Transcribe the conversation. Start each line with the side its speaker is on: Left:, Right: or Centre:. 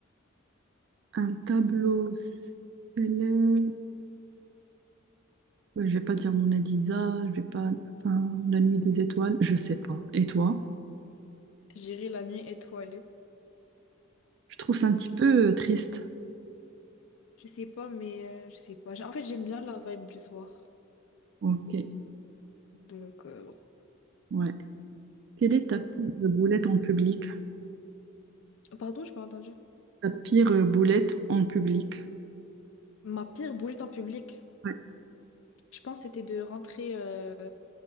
Right: Un tableau célèbre. Ouais, Je vais pas dire mon Adisa, je vais pas. Enfin, la nuit des étoiles, je sais pas. Et toi?
Left: J'irai la nuit étoilée.
Right: Je trouve ça un petit peu euh, triste.
Left: Je sais pas, mais euh, je sais pas. J'ai- En fait, j'aime bien la vibe du soir.
Right: Ok,
Left: Donc, euh,
Right: ouais. Quelle est ta pire boulette en public?
Left: Pardon, j'ai pas entendu.
Right: Ta pire euh, boulette en public?
Left: Ma pire boulette en public,
Right: Ouais,
Left: je pense, c'était de rentrer euh,